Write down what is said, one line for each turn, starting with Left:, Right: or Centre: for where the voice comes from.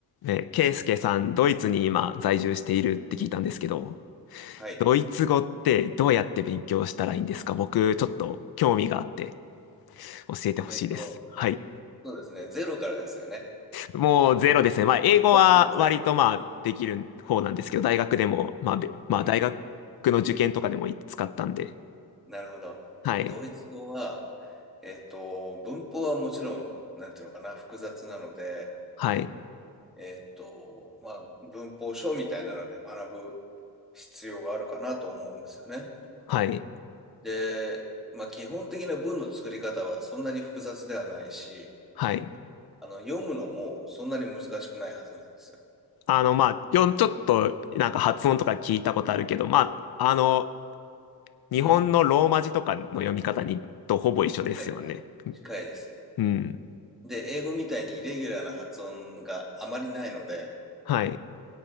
Left: え、ケイスケさん、ドイツに今在住しているって聞いたんですけど、
Centre: はい。
Left: ドイツ語ってどうやって勉強したらいいんですか僕、
Centre: うん。
Left: ちょっと興味があって教えてほしいです。
Centre: えっと、
Left: はい。
Centre: そうですね。ゼロからですよね。
Left: もうゼロですね。まあ、英語は割とまあ、
Centre: ほ、ほぼゼロから。うん。
Left: できる方なんですけど、大学でも、まあ、べまあ、
Centre: うんうん。
Left: 大学の受験とかでも使ったんで、
Centre: なるほど。
Left: はい。
Centre: ドイツ語は、えっと、文法はもちろん、なんていうのかな、複雑なので、
Left: はい。
Centre: えっと、まあ、文法書みたいなので学ぶ必要があるかなと思うんですよね。
Left: はい。
Centre: で、まあ、基本的な文の作り方はそんなに複雑ではないし、
Left: はい。
Centre: あの、読むのもそんなに難しくないはずなんですよ。
Left: あの、まあ、よん、ちょっとなんか発音とか聞いたことあるけど、まあ、あの、日本のローマ字とかの読み方にとほぼ一緒ですよね。
Centre: うん。はい。近いです。
Left: うん。
Centre: で、英語みたいにイレギュラーな発音があまりないので、
Left: はい。